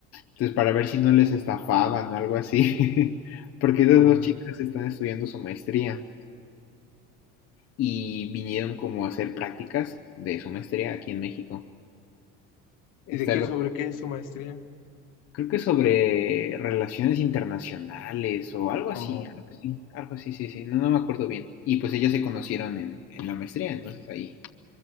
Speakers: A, on the left; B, on the left.
A: Entonces, para ver si no les estafaban o algo así, <laughs> porque esas
B: Oh.
A: dos chicas están estudiando su maestría. y vinieron como a hacer prácticas de su maestría aquí en México. Está
B: ¿Y de qué,
A: loco.
B: sobre qué es su maestría?
A: Creo que sobre relaciones internacionales o algo así,
B: Oh,
A: algo así, algo así, sí, sí, no, no me acuerdo bien. Y pues ellas se conocieron en, en la maestría, entonces ahí,